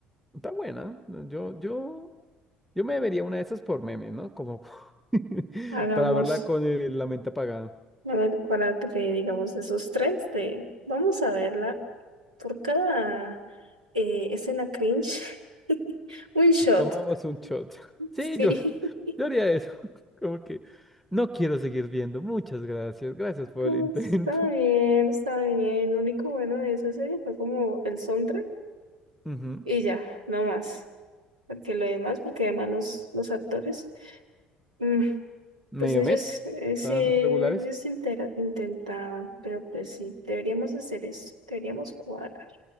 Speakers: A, in the centre; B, on the right.
A: está buena. ¿no? Yo, yo, yo me vería una de esas por meme, ¿no? Como <laughs>
B: Hagamos,
A: para verla con eh, la mente apagada.
B: a ver, cuál arte, te digamos, esos tres de, vamos a verla. por cada eh, escena cringe, <laughs> un shot.
A: Tomamos un shot. Sí,
B: Sí,
A: yo,
B: <laughs>
A: yo haría eso. <laughs> Como que no quiero seguir viendo. Muchas gracias. Gracias por
B: No,
A: el intento.
B: está bien, está bien. Lo único bueno de esa serie fue como el soundtrack
A: <laughs> Ujú.
B: y ya, no más. Porque lo demás, porque además los, los actores, mm,
A: medio
B: pues ellos,
A: met,
B: eh, sí,
A: tan
B: ellos
A: regulares.
B: intera- intentaban, pero pues sí, deberíamos hacer eso, deberíamos cuadrar.